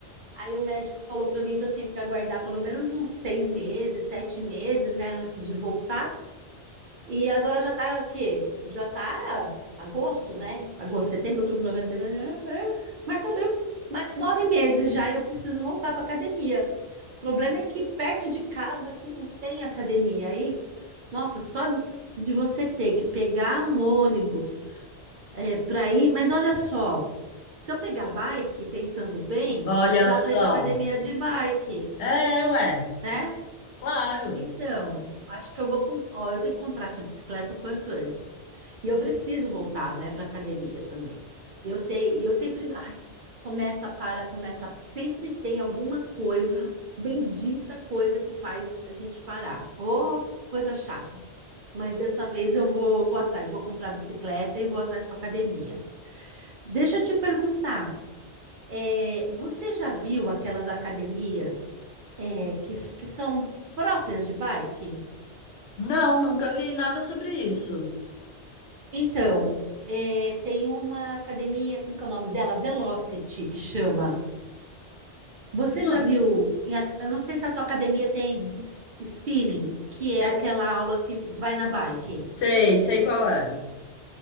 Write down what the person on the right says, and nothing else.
Aí o médico falou para mim que eu tinha que aguardar pelo menos uns seis meses, sete meses, né, antes de voltar. E agora já tá o quê? Já tá agosto, né? Agosto, setembro, outubro, novembro, dezembro, janeiro, março, abril. Mas nove meses já e eu preciso voltar para academia. O problema é que perto de casa aqui não tem academia. Aí, nossa, só de você ter que pegar um ônibus é, para ir. Mas olha só, se eu pegar bike, pensando bem,
dá
para ir para academia de bike.
Né?
Então, acho que eu vou. com- Ó, eu tenho que comprar essa bicicleta o quanto antes. E eu preciso voltar, né, para academia também. E Eu sei, e eu sempre. Ai, começa, para, começa. Sempre tem alguma coisa, <laughs> bendita coisa que faz a gente parar. Ô, coisa chata. Mas dessa vez eu vou, vou atrás, vou comprar a bicicleta e vou atrás para academia. Deixa eu te perguntar. É, você já viu aquelas academias é, que, f- que são próprias de bike?
Então, é, tem uma academia, como que é o nome dela? Velocity, que chama. Você
já viu? em ac- Eu não sei se a tua academia tem s- spinning, que é
aquela aula que vai na bike.